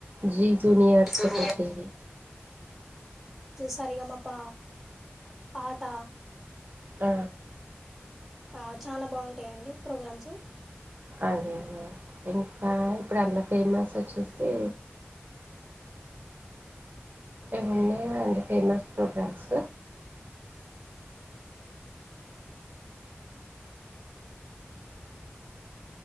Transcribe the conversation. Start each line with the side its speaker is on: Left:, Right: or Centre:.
Right: జీ జూనియర్స్
Centre: జూనియర్
Right: ఒకటి
Centre: సరిగమప్ప ఆట
Right: అ
Centre: ఆ చానా బాగుంటాయంండి ప్రోగ్రామ్స్
Right: అదేే అదే ఇంకా ఇప్పుడు అలా ఫేమస్ వచ్చేసి ఏమున్నాయా అండి ఫేమస్ ప్రోగ్రామ్స్